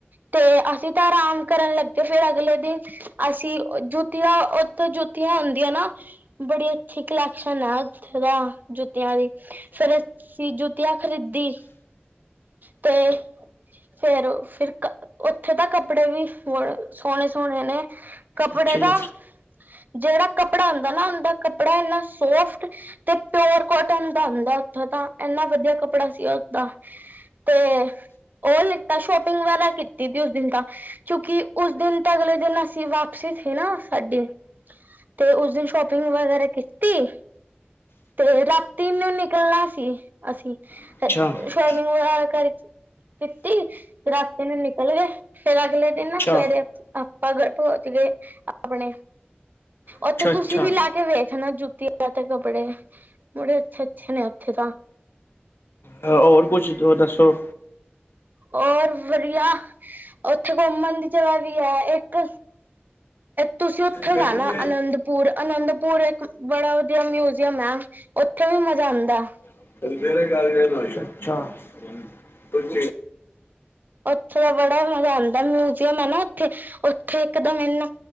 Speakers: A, on the right (about 50°); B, on the left (about 70°).
A: ਤੇ ਅਸੀਂ ਤਾਂ ਆਰਾਮ ਕਰਨ ਲੱਗੇ ਫੇਰ ਅਗਲੇ ਦਿਨ ਅਸੀਂ ਜੁੱਤੀਆਂ ਉੱਥੇ ਜੁੱਤੀਆਂ ਹੁੰਦੀ ਆ ਨਾ, ਬੜੀ ਅੱਛੀ ਕਲੈਕਸ਼ਨ ਹੈ ਉੱਥੇ ਤਾਂ। ਜੁੱਤੀਆਂ ਦੀ, ਫੇਰ ਅਸੀਂ ਜੁੱਤੀਆਂ ਖਰੀਦੀ, ਤੇ ਫੇਰ ਫਿਰ ਉੱਥੇ ਤਾਂ ਕੱਪੜੇ ਵੀ ਸੋਹਣੇ-ਸੋਹਣੇ ਨੇ। ਕੱਪੜੇ
B: ਅੱਛਾ
A: ਦਾ,
B: ਜੀ
A: ਜਿਹੜਾ ਕੱਪੜਾ ਹੁੰਦਾ ਨਾ ਉਂਦਾ ਕੱਪੜਾ ਇੰਨਾ ਸੋਫਟ ਤੇ ਪਿਓਰ ਕੋਟਨ ਦਾ ਹੁੰਦਾ ਉੱਥੋਂ ਦਾ ਇੰਨਾ ਵਧੀਆ ਕੱਪੜਾ ਸੀ ਉਸ ਦਾ ਤੇ ਉਹ ਲਿੱਤਾ ਸ਼ੋਪਿੰਗ ਵਾਲਾ ਕੀਤੀ ਸੀ ਉਸ ਦਿਨ ਤਾਂ ਕਿਉਂਕਿ ਉਸ ਦਿਨ ਤਾਂ ਅਗਲੇ ਦਿਨ ਅਸੀਂ ਵਾਪਸੀ ਸੀ ਨਾ ਸਾਡੀ, ਤੇ ਉਸ ਦਿਨ ਸ਼ੋਪਿੰਗ ਵਗੈਰਾ ਕੀਤੀ ਤੇ ਰਾਤੀ ਨੂੰ ਨਿਕਲਣਾ ਸੀ ਅਸੀਂ,
B: ਅੱਛਾ
A: ਸ਼ੋਪਿੰਗ ਵਗੈਰਾ ਕਰ ਕੀਤੀ ਰਾਤੀ ਨੂੰ ਨਿਕਲ ਗਏ ਫੇਰ ਅਗਲੇ ਦਿਨ ਨਾ
B: ਅੱਛਾ
A: ਸਵੇਰੇ ਭਗੜ ਪਹੁੰਚ ਗਏ ਆਪਣੇ।
B: ਅੱਛਾ
A: ਉੱਥੇ
B: ਅੱਛਾ
A: ਤੁਸੀਂ ਵੀ ਲਾ ਕੇ ਵੇਖਣਾ ਜੁ ਦੀਪਾ ਤੇ ਕਪੜੇ, ਬੜੇ ਅਛੇ-ਅੱਛੇ ਨੇ ਉੱਥੇ ਤਾਂ।
B: ਹੋਰ ਕੁਛ ਤੋ ਦੱਸੋ।
A: ਹੋਰ ਵਧੀਆ, ਉੱਥੇ ਘੁੰਮਣ ਦੀ ਜਗ੍ਹਾ ਵੀ ਹੈ ਇੱਕ। ਤੁਸੀਂ ਉੱਥੇ
B: ਅੱਛਾ
A: ਜਾਣਾ
B: ਅੱਛਾ
A: ਅਨੰਦਪੁਰ ਅਨੰਦਪੁਰ ਇੱਕ ਬੜਾ ਵਧੀਆ ਮਿਊਜ਼ੀਅਮ ਐ। ਉੱਥੇ ਵੀ ਮਜ਼ਾ ਆਂਦਾ।
B: <unintelligible> ਅੱਛਾ।
A: ਉੱਥੇ ਦਾ ਬੜਾ ਮਜ਼ਾ ਆਉਂਦਾ ਮਿਊਜ਼ੀਅਮ ਹੈ ਨਾ ਉੱਥੇ। ਉੱਥੇ ਇੱਕਦਮ ਇਹਨਾ